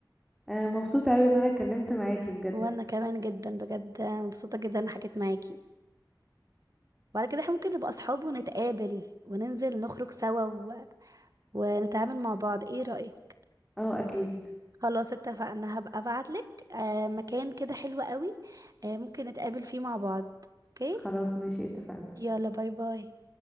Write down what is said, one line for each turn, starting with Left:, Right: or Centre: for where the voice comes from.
Centre: آه مبسوطة اوي ان انا اتكلمت معاكي بجد
Right: وانا كمان جدا بجد مبسوطه جدا إني حكيت معاكي وبعد كده احنا ممكن نبقى اصحاب ونتقابل وننزل نخرج سوا و... ونتعامل مع بعض ايه رأيك
Centre: اه اكيد
Right: خلاص اتفقنا هبقى ابعتلك آه مكان كده حلو قوي آه ممكن نتقابل فيه مع بعض اوكي
Centre: خلاص ماشي اتفقنا
Right: يلا باي باي